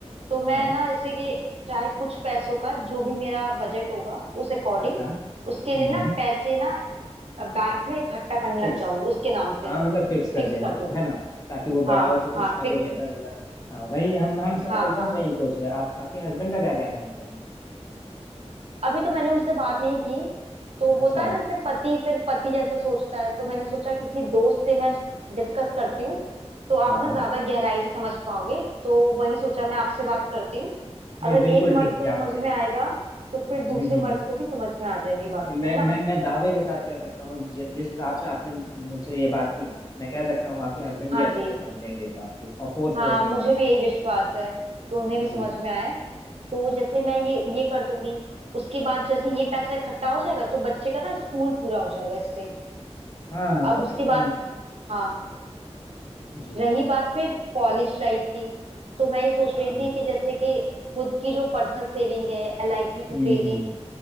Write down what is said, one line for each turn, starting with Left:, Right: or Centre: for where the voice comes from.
Right: तो
Left: हाँ
Right: मैं ना ऐसे कि चाहे कुछ पैसों का जो भी मेरा बजट होगा उस अकॉर्डिंग
Left: अच्छा हम्म
Right: उसके लिए ना पैसे ना बैंक में इकट्ठा करने
Left: फिक्स
Right: लग जाऊंगी उसके नाम से
Left: हाँ मतलब फिक्स कर
Right: फिक्स
Left: दे रहे
Right: कर दूंगी
Left: हैं, है ना ताकि वो
Right: हाँ
Left: बड़ा हो तो कुछ
Right: हाँ
Left: ना
Right: फिक्स
Left: कुछ अगर ना- हाँ वही हम हम स-
Right: हाँ
Left: एकदम
Right: हाँ
Left: सही सोच रहे हैं आप आपके हस्बैंड का क्या कहना है इन सब में
Right: अभी तो मैंने उससे बात नहीं की तो
Left: अच्छा
Right: होता है ना जैसे पति फिर पति जैसा सोचता है तो मैंने सोचा किसी दोस्त से मैं डिस्कस करती हूँ तो आप
Left: हाँ
Right: ना
Left: हाँ
Right: ज्यादा गहराई से समझ पाओगे तो वही सोचा मैं आपसे बात करती हूँ
Left: नहीं
Right: अगर
Left: बिल्कुल
Right: एक
Left: ठीक
Right: मर्द
Left: किया
Right: को समझ
Left: आपने
Right: में आएगा तो फिर दूसरे
Left: हम्म हम्म
Right: मर्द को भी समझ में आ जाएगी बात
Left: नहीं, मैं
Right: है ना
Left: मैं मैं दावे के साथ कह सकता हूँ ज- जिस हिसाब से आपने मुझसे ये बात की ना मैं कह सकता हूँ आपके हस्बैंड
Right: हाँ
Left: भी अच्छे
Right: जी
Left: से समझेंगे इस बात को और फोर्स फोर्स
Right: हाँ
Left: नहीं
Right: मुझे
Left: करेंगे
Right: भी यही विश्वास है कि उन्हें भी
Left: जी
Right: समझ में आए तो जैसे मैं ये ये कर दूंगी उसके बाद जैसे ये पैसा इकट्ठा हो जाएगा तो बच्चे का ना स्कूल पूरा हो जाएगा इससे
Left: हाँ हाँ,
Right: अब उसके
Left: एकदम
Right: बाद हाँ
Left: जी
Right: रही बात फिर कॉलेज लाइफ की तो मैं ये सोच
Left: हाँ
Right: रही
Left: हाँ
Right: थी कि जैसे कि खुद की जो पर्सनल सेविंग है एलआईसी टूटेगी
Left: हम्म हम्म